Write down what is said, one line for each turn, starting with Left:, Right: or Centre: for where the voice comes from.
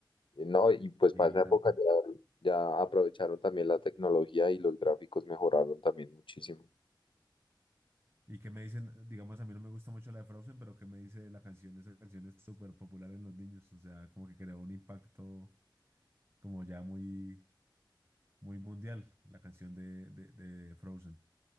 Left: Y No, y pues
Right: Sí,
Left: para esa
Right: también.
Left: época ya, ya aprovecharon también la tecnología y los gráficos mejoraron también muchísimo.
Right: Y que me dicen, digamos, a mí no me gusta mucho la de Frozen, pero que me dice la canción, esa canción es súper popular en los niños, o sea, como que creó un impacto como ya muy, muy mundial, la canción de, de, de Frozen.